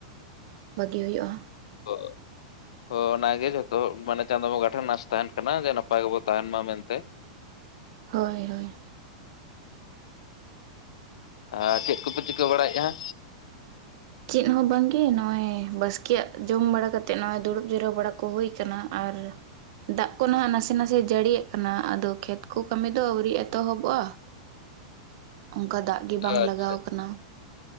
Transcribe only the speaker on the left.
<unintelligible> ᱦᱚ ᱚᱱᱟᱜᱮ ᱡᱷᱚᱛᱚ ᱢᱟᱱᱮ ᱪᱟᱸᱫᱚ ᱵᱚᱸᱜᱟ ᱴᱷᱮᱱ ᱱᱟᱥ ᱛᱟᱦᱮᱱ ᱠᱟᱱᱟ ᱡᱮ ᱱᱟᱯᱟᱭ ᱜᱮᱵᱚ ᱛᱟᱦᱮᱱ ᱢᱟ ᱢᱮᱱᱛᱮ
ᱟᱨ ᱪᱮᱫ ᱠᱚᱯᱮ ᱪᱤᱠᱟᱹ ᱵᱟᱲᱟᱭᱮᱫ‌ ᱠᱟᱱᱟ
ᱟᱪᱪᱷᱟ